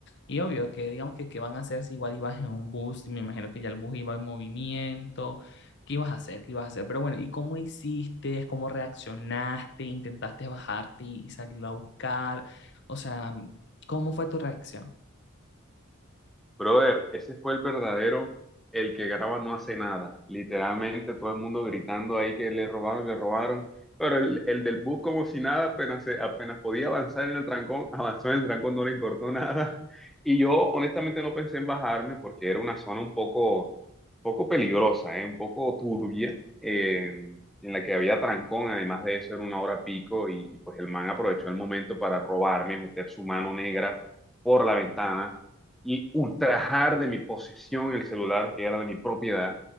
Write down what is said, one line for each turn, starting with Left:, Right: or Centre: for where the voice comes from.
Left: Y obvio que digamos que qué van a hacer si igual ibas en un bus, y me imagino que ya el bus iba en movimiento, ¿qué ibas a hacer? ¿Qué ibas a hacer? Pero bueno, ¿y cómo hiciste? ¿Cómo reaccionaste? ¿Intentaste bajarte y y salirlo a buscar? O sea, ¿cómo fue tu reacción?
Centre: Brother, ese fue el verdadero, el que graba no hace nada. Literalmente todo el mundo gritando ahí que le robaron, le robaron. Pero el, el del bus como si nada, apenas, se- apenas podía avanzar en el trancón, <laughs> avanzó en el trancón, no le importó nada. Y yo honestamente no pensé en bajarme porque era una zona un poco, poco peligrosa, ¿eh? Un poco turbia, eh, en la que había trancón. Además de eso, era una hora pico y, y pues el man aprovechó el momento para robarme, meter su mano negra por la ventana y ultrajar de mi posesión el celular que era de mi propiedad.